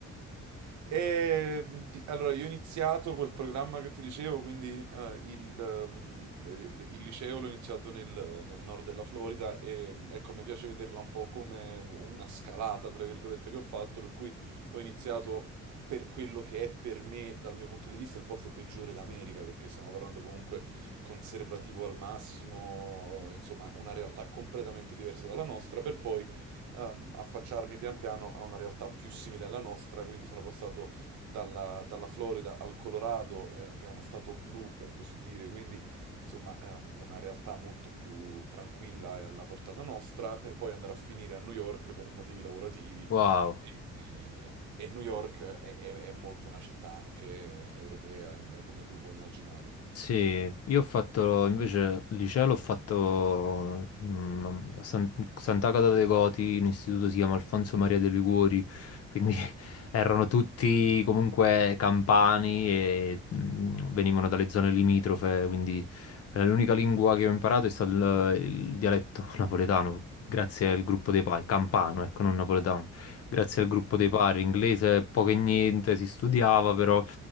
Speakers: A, on the right; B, on the left.
A: E, di- allora, io ho iniziato quel programma che ti dicevo, quindi eh, il, ehm, eh, il liceo l'ho iniziato nel, nel nord della Florida e ecco, mi piace vederla un po' come una scalata, tra virgolette, che ho fatto, per cui ho iniziato per quello che è per me, dal mio punto di vista, il posto peggiore d'America, perché stiamo parlando comunque conservativo al massimo, insomma, una realtà completamente diversa dalla nostra, per poi ehm, affacciarmi pian piano a una realtà più simile alla nostra, quindi sono passato dalla, dalla Florida al Colorado, eh, che è uno stato blu per così dire, quindi insomma ehm, una realtà molto più tranquilla e alla portata nostra, per poi andare a finire a New York per motivi lavorativi.
B: Wow.
A: E, e New York è, è- è molto una città anche europea, im- come tu puoi immaginare.
B: Sì, io ho fatto invece il liceo l'ho fatto mm, a San- Sant'Agata dei Goti, un istituto si chiama Alfonso Maria de Liguori, quindi <laughs> erano tutti comunque campani e mm, venivano dalle zone limitrofe, quindi eh, l'unica lingua che ho imparato è stato il, il dialetto <laughs> napoletano, grazie al gruppo dei pari, campano, ecco, non napoletano, grazie al gruppo dei pari, inglese poco e niente si studiava però